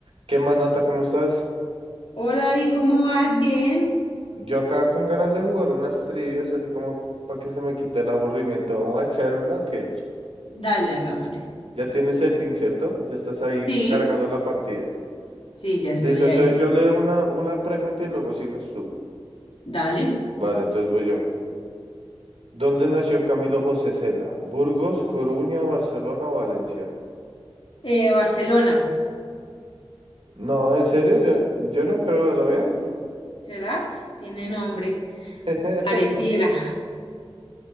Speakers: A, on the right; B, on the left.
A: ¿Qué más, Nata? ¿Cómo estás?
B: Hola, ¿y cómo vas? ¿Bien?
A: Yo acá con ganas de jugar unas trivias, así como para que se me quite el aburrimiento. Vamos a echar una que
B: Dale, hagámosle.
A: ya tienes el link, ¿cierto? Ya estás ahí
B: Sí,
A: cargando la partida.
B: sí, ya estoy
A: Listo, entonces
B: ahí.
A: yo leo una, una pregunta y luego sigues tú.
B: Dale.
A: Vale, entonces voy yo. ¿Dónde nació Camilo José Cela? ¿Burgos, Coruña, Barcelona o Valencia?
B: Eh, Barcelona,
A: No, en serio, yo, yo no creo, ¿lo vean?
B: ¿será? Tiene nombre,
A: <laughs>
B: pareciera.